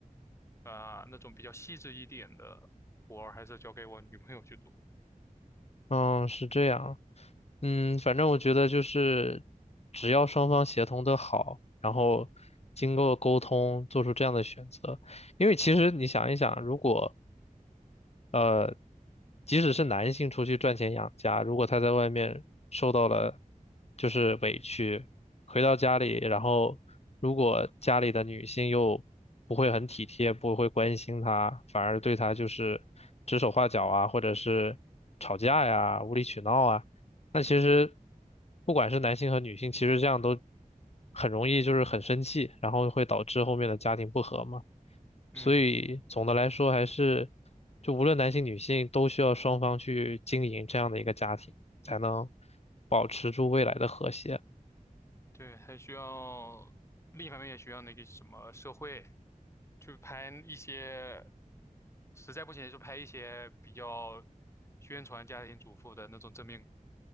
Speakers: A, on the left; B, on the left.
A: 啊、那种比较细致一点的活儿还是交给我女朋友去做，
B: 嗯，是这样。嗯，反正我觉得就是，只要双方协同的好，然后经过沟通做出这样的选择，因为其实你想一想，如果呃即使是男性出去赚钱养家，如果他在外面受到了就是委屈，回到家里，然后如果家里的女性又不会很体贴，不会关心他，反而对他就是指手画脚啊，或者是吵架呀、无理取闹啊，那其实不管是男性和女性，其实这样都很容易就是很生气，然后会导致后面的家庭不和嘛。
A: 嗯。
B: 所以总的来说，还是就无论男性女性，都需要双方去经营这样的一个家庭，才能保持住未来的和谐。
A: 对，还需要另一方面也需要那个什么社会，去拍一些，实在不行就拍一些比较宣传家庭主妇的那种正面，